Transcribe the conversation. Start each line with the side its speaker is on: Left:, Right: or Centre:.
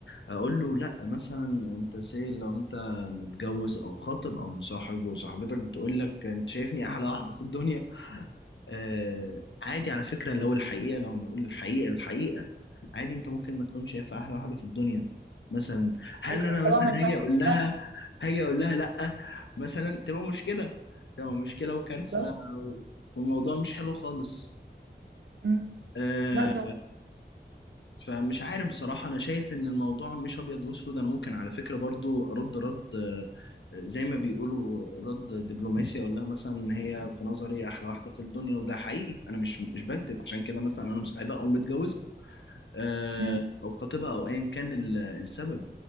Left: هقول له لا مثلا انت سي لو انت متجوز او خاطب او مصاحب وصاحبتك بتقول لك انت شايفني احلى واحده في الدنيا آه عادي على فكره لو الحقيقه لو نقول الحقيقه الحقيقه عادي انت ممكن ما تكونش شايف احلى واحده في الدنيا مثلا هل
Right: ايوه
Left: انا
Right: بس طبعا
Left: مثلا
Right: ما ينفعش
Left: هاجي اقول
Right: تقول
Left: لها
Right: لها كده
Left: هاجي اقول لها لا مثلا تبقى مشكله تبقى مشكله وكارثه
Right: بالظبط
Left: و- والموضوع مش حلو خالص
Right: مم.
Left: آه،
Right: لا طبعا
Left: فمش عارف بصراحة أنا شايف إن الموضوع مش أبيض وأسود أنا ممكن على فكرة برضو أرد رد آه، زي ما بيقولوا رد دبلوماسي أقول لها مثلا إن هي في نظري أحلى واحدة في الدنيا وده حقيقي أنا مش مش بكذب عشان كده مثلا أنا مصاحبها أو متجوزها آه،
Right: مم.
Left: أو خطيبها أو أيا كان ال- السبب